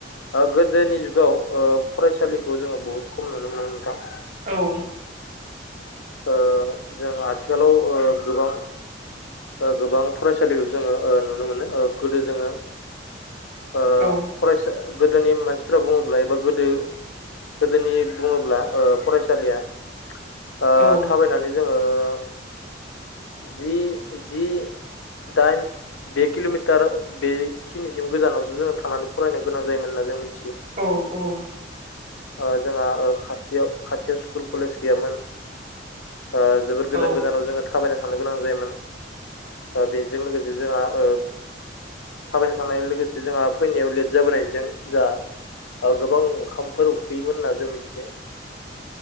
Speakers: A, on the left (about 80°); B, on the right (about 40°).
A: गोदोनि जुगाव ओ फरायसालिखौ जोङो बुहुत खम नुनो मोनो नोंथां
B: औ
A: ओ जों आथिखालाव ओ गोबां ओ गोबां फरायसालिखौ जोङो ओ नुनो मोनो ओ गोदो जोङो ओ
B: औ
A: फरायसा गोदोनि मानसिफोरा बुङोब्ला एबा गोदो गोदोनि बुङोब्ला ओ फरायसालिया ओ
B: औ
A: थाबायनानै जोङो ओ जि जि दाइन बे किल'मिटार बेखिनिसिम गोजानावसो जोङो थानानै फरायनो गोनां जायोमोन्ना जों मिथि
B: औ औ
A: ओ जोंहा ओ खाथियाव खाथियाव स्कुल कलेज गैयामोन ओ जोबोर गोजान
B: औ
A: गोजानाव जोङो थाबायना थांनो गोनां जायोमोन ओ बेजों लोगोसे जोंहा ओ थाबायनो थांनाय लोगोसे जोंहा फैनायाव लेट जाबोनायजों जोंहा गोबां ओंखामफोर उखैयोमोन होनना जों मिथियो